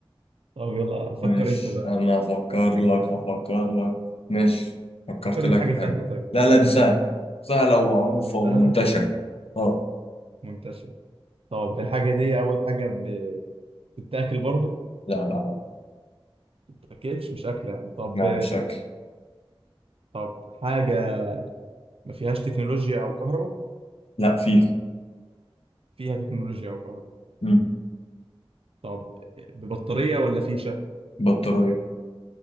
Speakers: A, on the right; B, on the left.
A: طب يلا فكر
B: ماشي
A: أنت بقى
B: انا هفكر لك هفكر لك ماشي فكرت
A: فكر
B: لك
A: لي في حاجة
B: في
A: سهلة
B: حاجه
A: طيب
B: لا لا دي سهله سهله ومعروفه ومنتشره
A: سهلة
B: اه
A: منتشرة طب الحاجة دي أول حاجة ب- بتتاكل برضه ما
B: لا لا لا
A: بتتاكلش مش أكلة يعني طب
B: لا، مش اكل
A: طب حاجة ما فيهاش تكنولوجيا أو كهرباء
B: لا فيه
A: فيها تكنولوجيا أو كهرباء
B: مم.
A: طب ببطارية ولا فيشة
B: بطاريه